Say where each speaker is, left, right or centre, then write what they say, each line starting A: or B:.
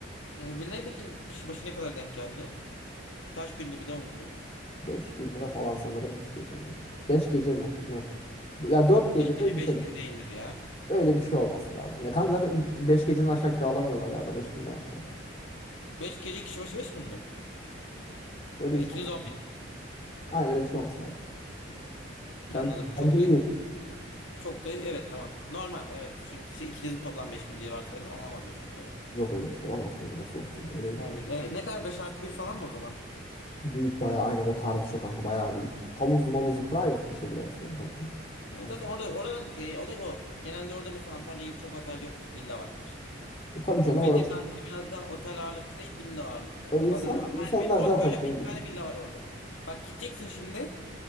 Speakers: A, on the left; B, on the left.
A: E, villaya peki kişi başı ne kadar denk geldi? Kaç gündü bir de unuttum.
B: beş bin lira falan sanırım 3 gece mi? 5 gece mi? Ne? Ya 4 gece
A: beş
B: mi?
A: gece
B: öyle bir
A: beş
B: şey.
A: bin değildir ya.
B: Öyle bir şey olması lazım. Ya kanka zaten 5 gecenin aşağı kiralamıyorlar galiba 5000'den aşağı.
A: beş gece kişi başı beş bin mi?
B: Öyle
A: E,
B: bir şey
A: ikiniz
B: olması
A: 10
B: lazım.
A: bin.
B: Aynen öyle bir şey olması lazım. Bence,
A: Anladım. Çok
B: bence iyi.
A: da çok da evet tamam. Normal evet. Çünkü ikinizin toplam beş bin diye varsaydım olamaz o çünkü evet.
B: Yok öyle bir şey olamaz kanka nasıl olsun nereye gidiyor?
A: 10 bin. Evet, ne kadar 5 artı bir falan mı o zaman?
B: Büyük bayağı aynen o tarz bir şey kanka bayağı büyük. Havuzlu mavuzlu private bir şey biraz da zaten.
A: Evet,
B: Hani,
A: zaten orada, oradan e, olay o. Genelde orada mesela Antalya gibi çok otel yoktur. Villa vardır.
B: e, tabii canım
A: Fethiye
B: orası
A: tatili biraz daha otel ağırlıklı değil villa ağırlıklı.
B: E, insan
A: Zaten her
B: insanlar
A: bir orada
B: zaten
A: öyle
B: şey
A: bir
B: biliyor.
A: tane villa var orada. Bak gideceksin şimdi.